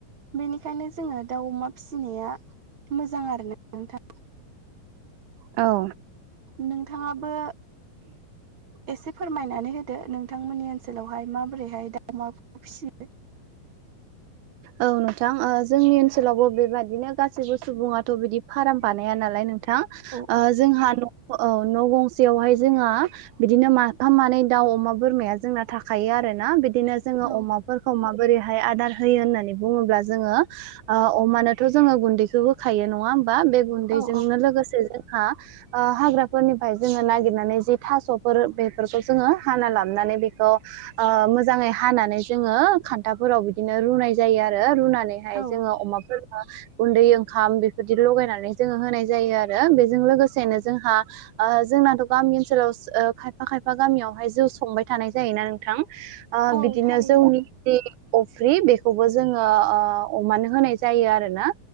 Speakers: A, on the right (about 40°); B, on the right (about 80°).
A: बेनिखायनो जोङो दाउ अमा फिसिनाया मोजां आर ना नोंथां
B: औ
A: नोंथाङाबो एसे फोरमायनानै होदो नोंथांमोननि ओनसोलावहाय माबोरैहाय दाउ अमा फिसि
B: औ नोंथां जोंनि ओनसोलावबो बेबादिनो गाससिबो सुबुङाथ' बिदि फार्म बानाया नालाय नोंथां
A: औ
B: जोंहा न' न' गंसेयावहाय जोंहा बिदिनो माफाम मानै दाउ अमा बोरमाया जोंना थाखायो आरोोना बिदि बिदिनो जोङो
A: औ
B: अमाफोरखौ माबोरैहाय आदार होयो होननानै बुङोब्ला जोङो अमानोथ' जोङो गुन्दैखौ होखायो नङा होमबा बे गुन्दैजोंनो
A: औ
B: लोगोसे जोंहा ओ हाग्राफोरनिफ्राय जोङो नागिरनानै जि थास'फोर बेफोरखौ जोङो हाना लाबनानै बेखौ ओ मोजाङै हानानै जोङो खान्थाफोराव बि बिदिनो रुनाय जायो आरो रुनानैहाय
A: औ
B: जोङो अमाफोर गुन्दै ओंखाम बेफोरदि लगायनानै जोङो होनाय जायो आरो बेजों लोगोसेनो जोंहा ओ जोंनाथ' गामि ओनसोलाव ओ खायफा खायफा गामियावहाय जौ संबाय थानाय जायोना नोंथां आ
A: औ
B: बिदिनोसों
A: थारैनो
B: द अफ्रि बेखौबो जोङो अमानो होनाय जायो आरोना